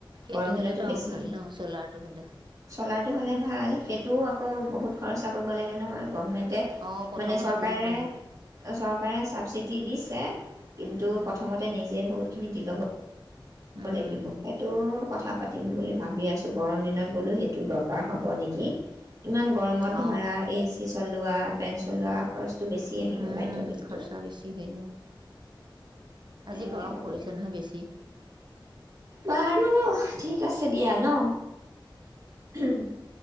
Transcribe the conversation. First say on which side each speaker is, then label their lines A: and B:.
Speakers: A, on the right (about 60°); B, on the right (about 40°).
A: সেইটো
B: গৰম দিনতো
A: হলেতো
B: বেছি
A: আৰু ভাল ন চলাৰটো হলে
B: চ'লাৰটো হ'লে ভাল সেইটোও আকৌ বহুত খৰচা কৰিব লাগে নহয় গভমেণ্টে
A: অ', প্ৰথমতে
B: মানে চৰকাৰে
A: বহুত লাগে
B: চৰকাৰে ছাবচিডি দিছে কিন্তু
A: উম।
B: প্ৰথমতে নিজে বহুতখিনি দ ল'ব
A: উম,
B: লাগিব সেইটো কথা পাতিম বুলি ভাবি আছো গৰম দিনত সেইটো দৰকাৰ হ'ব নেকি ইমান গৰমত
A: অ,
B: ধৰা এ চি চল, লোৱা পেঞ্চিল লোৱা খৰচ টো বেছি আহিব
A: উম,
B: লাইটৰ বিলটো
A: খৰচা বেছি হৈ যায়।
B: সেয়াই
A: আজি গৰম
B: আৰু
A: পৰিছে নহয় বেছি।
B: বাৰু ঠিক আছে দিয়া ন
A: <unintelligible>
B: উম